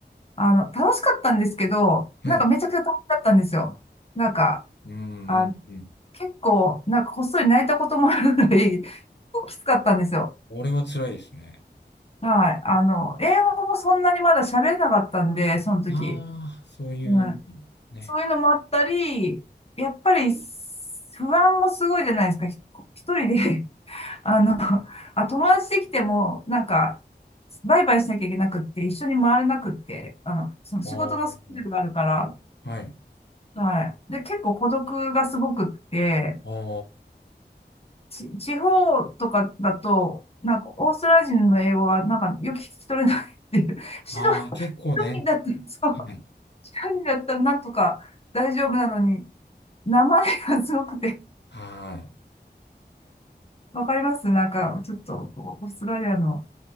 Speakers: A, on the left (about 35°); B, on the left (about 75°).
A: あの、楽しかったんですけど、
B: はい。
A: なんかめちゃくちゃ大変だったんですよ。なんか、
B: うーん、うん、
A: あ、
B: うん。
A: 結構、なんかこっそり泣いたこともあるぐらい、結構きつかったんですよ。
B: これは辛いですね。
A: はい。あの、英語もそんなにまだ喋れなかったんで、その時。
B: ああ、そういう
A: うん。
B: ね。
A: そういうのもあったり、やっぱり不安もすごいじゃないですか。ひ一人で <laughs> あの、<laughs> あ、友達できても、なんか、バイバイしなきゃいけなくって、一緒に回れなくって、あの、その仕事のスケジュールがあるから、
B: ああ、はい。
A: はい。で、結構孤独がすごくって、
B: あ
A: ち、地方とかだと、なんか、オーストラリア人の英語が、なんか、よく聞き取れないっていう。<laughs> シド
B: あ、ああ、結構ね。
A: ニーだったら、そう、
B: はい。
A: シドニーだったらなんとか大丈夫なのに、名前がすごくて、
B: はい。
A: わかりますなんか、ちょっとこう、オーストラリアの、